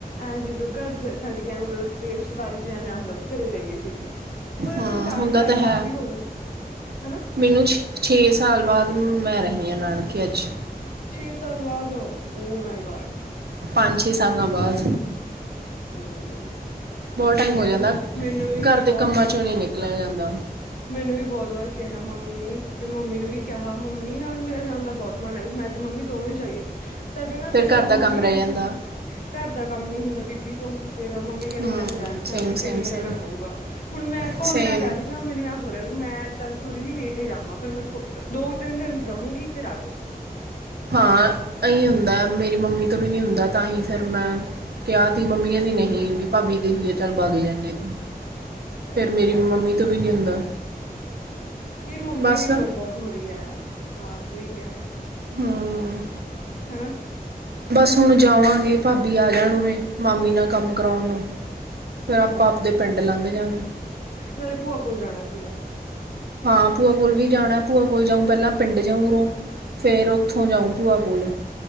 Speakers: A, on the left (about 65°); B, on the right (about 85°).
A: ਐਂ ਜਦੋਂ ਘਰ ਜਾ ਛੱਡ ਕੇ ਐਂ ਮਤਲਬ ਜੇ ਰਿਸ਼ਤੇਦਾਰੀ ਚ ਜਾਨੇ ਆਂ ਐਂ ਹੁੰਦਾ ਵੀ ਘਰੇ ਜਾਈਏ ਛੇਤੀ, ਪਰ
B: ਹਾਂ
A: ਹੁਨ ਟਾਈਮ-ਟਾਈਮ
B: ਹੁੰਦਾ ਤਾਂ ਹੈ
A: ਕਾਫੀ ਹੋ ਗੇਆ, ਹਨਾ।
B: ਮੈਨੂੰ ਛੇ ਛੇ ਸਾਲ ਬਾਦ ਮੈਂ ਰਹੀ ਆਂ ਨਾਨਕੇ ਅੱਜ।
A: ਛੇ ਸਾਲ ਬਾਦ, ਓ ਮਾਈ ਗੌਡ।
B: ਪੰਜ-ਛੇ ਸਾਲਾਂ ਬਾਦ
A: ਹੂੰ
B: ਬਹੁ
A: ਨਹੀਂ
B: ਟਾਈਮ ਹੋ
A: ਯਾਰ
B: ਜਾਂਦਾ,
A: ਮੈਨੂੰ ਵੀ
B: ਘਰ
A: ਬਹੁਤ
B: ਦੇ ਕੰਮਾਂ
A: ਵਾਰ
B: ਚੋ ਨੀ ਨਿਕਲਿਆ ਜਾਂਦਾ।
A: ਮੈਨੂੰ ਵੀ ਬੋਤ ਵਾਰ ਕਿਹਾ ਮਾਮੀ ਨੇ ਤੇ ਮੰਮੀ ਨੂੰ ਵੀ ਕਿਹਾ ਮੰਮੀ ਨਾਲ ਮੇਰਾ ਜਾਨ ਦਾ ਬੋਤ ਮਨ ਐ ਵੀ ਮੈਂ ਤੇ ਮੰਮੀ ਦੋਵੇਂ ਜਾਈਏ, ਸਾਡੇ ਨਾ ਫੇਰ
B: ਫਿਰ ਘਰ ਦਾ
A: ਮੰਮੀ
B: ਕੰਮ
A: ਕੈਂਦੇ
B: ਰਹਿ ਜਾਂਦਾ
A: ਘਰ ਦਾ ਕੰਮ ਨੀ ਹੁੰਦਾ ਵੀ ਕੀ ਤੂੰ ਫੇਰ ਮੰਮੀ ਕੈਂਦੀ
B: ਹਮ
A: ਮੈਂ ਤਾਂ ਜਾ ਨੀ ਸਕਦੀ
B: ਸੇਮ
A: ਤੈਨੂੰ
B: ਸੇਮ
A: ਈ ਜਾਨਾ
B: ਸੇਮ
A: ਪਊਗਾ, ਹੁਨ ਮੈਂ ਘੋਲ
B: ਸੇਮ
A: ਜੀ ਕਰ ਰਈ ਮੈਨੂੰ ਐਂ ਹੋ ਰਿਆ ਵੀ ਮੈਂ ਚੱਲ ਥੋੜੀ ਜੀ ਲੇਟ ਏ ਜਾਵਾਂ। ਪਰ ਮੈਂ ਥੋ ਦੋ ਕ ਤਿੰਨ ਦਿਨ ਰਹੂੰਗੀ, ਫਿਰ ਆਜੂੰ।
B: ਹਾਂ ਅਈਂ ਹੁੰਦਾ ਮੇਰੀ ਮੰਮੀ ਤੋਂ ਵੀ ਨੀ ਹੁੰਦਾ ਤਾਂਹੀ ਫਿਰ ਮੈਂ ਕਿਆ ਤੀ ਮੰਮੀ ਕੈਂਦੀ ਨਹੀਂ ਵੀ ਭਾਬੀ ਗਈ ਹੋਈ ਆ ਚੱਲ ਬਗ ਜਾਂਨੇ ਆਂ ਏਥੋਂ। ਫੇਰ
A: ਅੱਛਾ
B: ਮੇਰੀ ਮੰਮੀ ਤੋਂ ਵੀ ਨੀ ਹੁੰਦਾ।
A: ਯਾਰ ਮੰਮੀਆਂ
B: ਬਸ
A: ਦੀ ਉਮਰ ਬੋਤ ਹੋ ਰੀ ਐ, ਹਾਂ ਸਈ ਕਿਆ।
B: ਹੂੰ।
A: ਹੈਨਾ।
B: ਬਸ ਹੁਨ ਜਾਵਾਂਗੇ ਭਾਬੀ ਆ ਜਾਨ ਉਰੇੇ ਮਾਮੀ ਨਾਲ ਕੰਮ ਕਰੌਨ ਨੂੰ। ਫੇਰ
A: ਅੱਛਾ
B: ਆਪਾਂ ਆਪਦੇ ਪਿੰਡ ਲੰਘ ਜਾਂਗੇ।
A: ਨਾਲੇ ਭੂਆ ਕੋਲ ਜਾਨਾ ਸੀਗਾ।
B: ਹਾਂ ਭੂਆ ਕੋਲ ਵੀ ਜਾਨਾ ਭੂਆ ਕੋਲ ਜਾਊਂ ਪੈਲਾਂ ਪਿੰਡ ਜਾਊ ਉਰੋਂ ਫੇਰ ਓਥੋਂ ਜਾਊਂ ਭੂਆ ਕੋਲ।